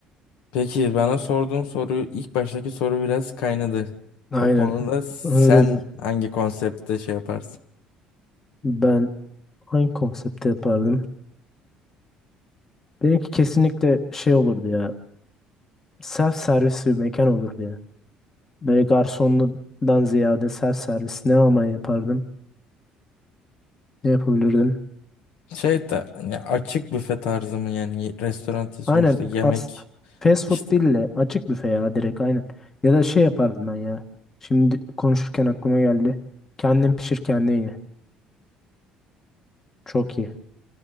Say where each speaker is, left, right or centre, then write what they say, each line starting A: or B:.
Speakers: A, on the left; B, on the left.
A: Peki bana sorduğun soru ilk baştaki soru biraz kaynadı.
B: Aynen.
A: O konuda sen
B: Öyle
A: hangi konseptte şey yaparsın?
B: Ben hangi konsepte yapardım? Benimki kesinlikle şey olurdu ya. Self servis bir mekan olurdu ya. Böyle garsonludan ziyade self servis ne ama yapardım? Ne yapabilirdim?
A: Şey de hani açık büfe tarzı mı yani Ye- restoran değil
B: Aynen
A: sonuçta yemek
B: as fast
A: işte
B: food değil de açık büfe ya direkt aynen. Ya da şey yapardım ben ya. Şimdi konuşurken aklıma geldi. Kendin pişir kendin ye. Çok iyi.